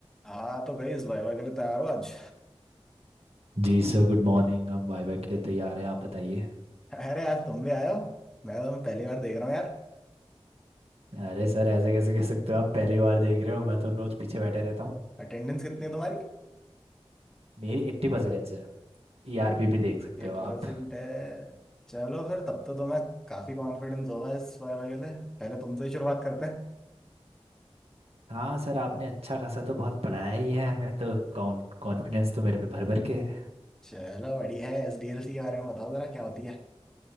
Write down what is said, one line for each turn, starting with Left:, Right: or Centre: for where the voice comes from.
Centre: हाँ तो गई इस भाई के लिए तैयार हो आज
Right: जी सर गुड मॉर्निंग हम वाइवा के लिए तैयार हैं आप बताइए
Centre: अरे आज तुम भी आए हो मैं तुम्हें पहली बार देख रहा हूँ यार
Right: अरे सर ऐसे कैसे कह सकते हो आप पहली बार देख रहे हो मैं तो रोज पीछे बैठे रहता हूँ
Centre: अटेंडेंस कितनी है तुम्हारी
Right: मेरी एट्टी परसेंट है ईआरपी
Centre: एट्टी
Right: भी देख सकते हो आप
Centre: परसेंट है चलो फिर तब तो तुम्हें काफी कॉन्फिडेंस होगा इस वाइवा के लिए पहले तुमसे ही शुरुआत करते हैं
Right: हाँ सर आपने अच्छा खासा तो बहुत पढ़ाया ही है हमें तो कॉन्फिडेंस तो मेरे पे भर भर के है
Centre: चलो बढ़िया है एसडीएलसी के बारे में बताओ जरा क्या होती है